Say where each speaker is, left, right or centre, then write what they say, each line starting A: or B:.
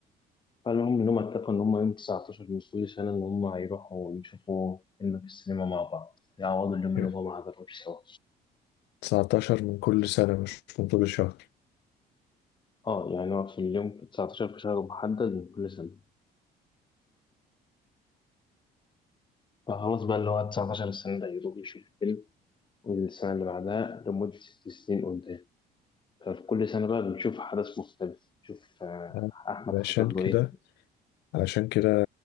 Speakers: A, on the left; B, on the left.
A: فالمهم إن هما اتفقوا إن هما يوم 19 من كل سنة إن هما هيروحوا يشوفوا فيلم في السينما مع بعض يعوضوا اليوم اللي
B: يعني
A: هما ما حضروش سوا.
B: 19 من كل سنة مش من طول الشهر
A: اه يعني هو في اليوم 19 في شهر محدد من كل سنة فخلاص بقى اللي هو 19 السنة ده يروح يشوف فيلم والسنة اللي بعدها لمدة ست سنين قدام ففي كل سنة بقى بنشوف حدث مختلف نشوف آه،
B: آه.
A: أحمد حصل
B: عشان كده
A: له إيه
B: علشان كده